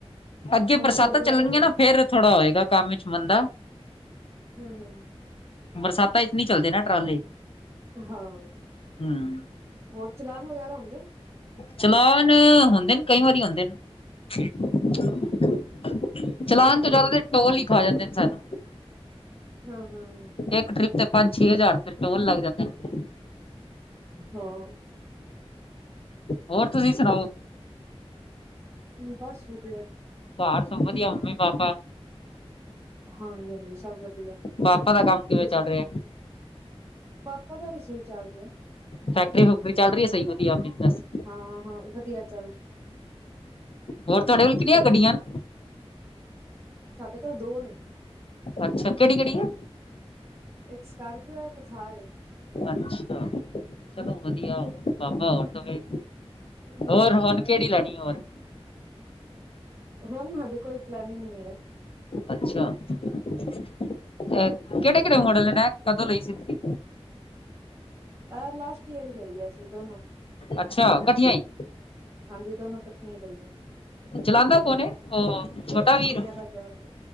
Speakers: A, on the left; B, on the right.
A: ਅੱਗੇ
B: ਹੋਰ
A: ਬਰਸਾਤਾਂ
B: ਗੁਰਦੁਆਰੇ
A: ਚੱਲਣਗੀਆਂ ਨਾ ਫੇਰ ਥੋੜਾ ਹੋਏਗਾ। ਦਾ ਕੰਮ ਵਿਚ ਮੰਦਾ
B: ਹਮ <unintelligible>
A: ਬਰਸਾਤਾਂ ਵਿਚ ਨੀ ਚੱਲਦੇ ਨਾ ਟਰਾਲੇ
B: ਹਾਂ
A: ਹੂੰ
B: ਹੋਰ ਚਲਾਨ ਵਗੈਰਾ ਹੁੰਦੇ ਨੇ?
A: ਚਲਾਨ ਹੁੰਦੇ ਨੇ ਕਈ ਵਾਰੀ ਹੁੰਦੇ ਨੇ। <unintelligible>
B: ਨੇ
A: ਚਲਾਾਨ ਤੋਂ ਜ਼ਿਆਦਾ ਟੋਲ ਹੀ ਖਾ ਜਾਂਦੇ ਨੇ ਸਾਨੂੰ
B: ਹਾਂ। ਹਾਂ
A: ਇੱਕ ਟ੍ਰਿਪ ਤੇ ਪੰਜ ਛੇ ਹਜ਼ਾਰ ਤੇ ਟੋਲ ਲੱਗ ਜਾਂਦੇ। ਨੇ
B: ਹਾਂ।
A: ਹੋਰ ਤੁਸੀਂ ਸੁਣਾਓ?
B: ਹ ਬਸ ਵਧੀਆ
A: ਬਾਹਰ ਸਭ ਵਧੀਆ ਮੰਮੀ ਪਾਪਾ?
B: ਹਾਂਜੀ ਹਾਂਜੀ ਸਭ ਵਧੀਆ
A: ਪਾਪਾ ਦਾ ਕੰਮ ਕਿਵੇਂ
B: ਤੁਸੀਂ
A: ਚੱਲ ਰਿਹਾ?
B: ਪਾਪਾ ਦਾ ਵੀ ਸਹੀ ਚੱਲ ਰਿਹਾ।
A: ਫੈਕਟਰੀ ਫੁਕਟਰੀ ਚੱਲ ਰਹੀ ਹੈ ਸਹੀ ਵਧੀਆ ਬਿਜਨਸ।
B: ਹਾਂ ਹਾਂ ਵਧੀਆ ਚੱਲ ਰਿਹਾ
A: ਹੋਰ ਤੁਹਾਡੇ ਕੋਲ ਕਿੰਨੀਆਂ ਗੱਡੀਆਂ ਹਨ।
B: ਸਾਡੇ ਘਰ ਦੋ ਨੇ
A: ਅੱਛਾ ਕਿਹੜੀ ਕਿਹੜੀ ਆ।
B: ਇੱਕ ਸਕਾਰਪੀਓ ਇੱਕ ਥਾਰ ਏ।
A: ਅੱਛਾ ਚਲੋ ਵਧੀਆ ਹੋਰ ਬਾਬਾ ਹੋਰ ਦਵੇ।
B: ਹਾਂਜੀ
A: ਹੋਰ
B: ਹਾਂਜੀ।
A: ਹੁਣ ਕਿਹੜੀ ਲੈਣੀ ਹੋਰ?
B: ਹੋਣ ਮੇਰੀ ਕੋਈ ਪਲੈਨਿੰਗ ਨਹੀਂ ਹੈ।
A: ਅੱਛਾ ਆਹ ਕਿਹੜੇ ਕਿਹੜੇ ਮੋਡਲ ਨੇ। ਕਦੋਂ ਲਈ ਸੀ ਤੁਸੀਂ?
B: ਆਹ ਲਾਸਟ ਯੀਅਰ ਹੀ ਲਈ ਹੈ ਅਸੀ। ਕਿ ਦੋਨੋ
A: ਅੱਛਾ ਇਕੱਠੀਆਂ ਹੀ।
B: ਹਾਂਜੀ ਦੋਨੋ ਇਕੱਠੀਆਂ ਗਈਆਂ।
A: ਚਲਾਂਦਾ ਕੌਣ ਏ ਉਹ ਛੋਟਾ
B: ਛੇ
A: ਵੀਰ?
B: ਮਹੀਨਿਆਂ ਦਾ ਗੈਪ ਏ